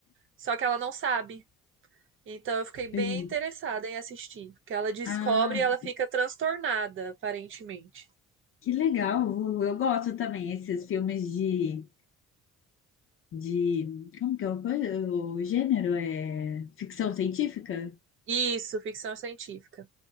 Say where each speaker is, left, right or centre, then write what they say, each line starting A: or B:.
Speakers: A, on the right (about 40°); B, on the left (about 45°).
A: Só que ela não sabe. Então eu fiquei bem
B: Entendi.
A: interessada em assistir, porque ela descobre
B: Ah,
A: e ela fica transtornada, aparentemente.
B: que legal. Vou- Eu gosto também esses filmes de, de como que é o, coi- o gênero? É ficção científica?
A: Isso, ficção científica.